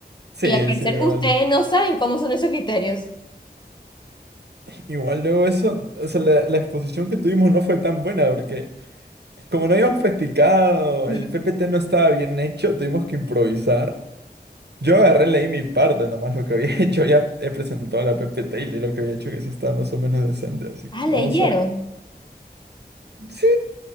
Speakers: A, on the right; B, on the left.
A: Sí,
B: Y al parecer,
A: sí, igual.
B: ustedes no saben cómo son esos criterios.
A: Igual luego eso, o sea, la, la exposición que tuvimos no fue tan buena, porque como no habíamos practicado,
B: Ujú.
A: el PPT no estaba bien hecho, tuvimos que improvisar. Yo agarré, leí mi parte nomás, lo que había <laughs> hecho, ya he presentado la PPT y leí lo que había hecho, que eso estaba más o menos decente, así
B: Ah,
A: que vamos
B: leyeron.
A: a ver. Sí,